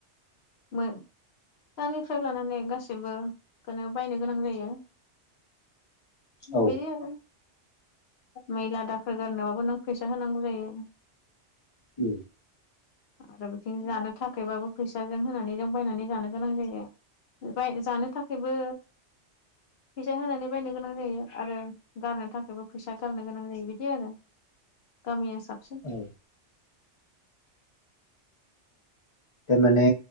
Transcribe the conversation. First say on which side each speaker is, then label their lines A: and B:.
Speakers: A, on the left (about 65°); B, on the left (about 30°).
A: मोन फिसानिफ्राय लानानै गासैबोखौनो बायनो गोनां जायो।
B: औ
A: बेनो आरो। मैला दा खोल गारनोबाबो नों फैसा होनांगौ जायो।
B: उम।
A: आरो बिथिं जानो थाखायबाबो फैसाजों होनानै जों बायनानै जानो गोनां जायो जानो थाखायबो फैसा होनानै बायनो गोनां जायो आरो गारनो थाखायबो फैसा गारनो गोनां जायो बिदि आरो गामिया साबसिन।
B: औ माने